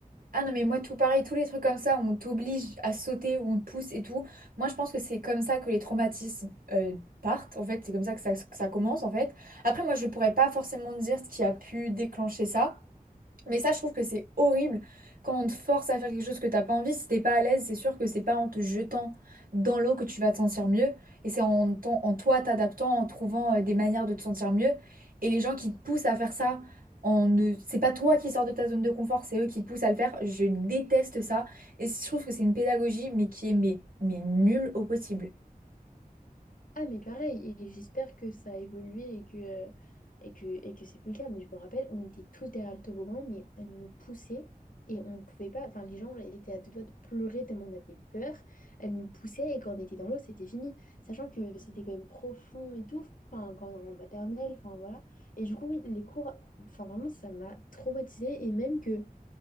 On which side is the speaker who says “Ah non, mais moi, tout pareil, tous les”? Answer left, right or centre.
Right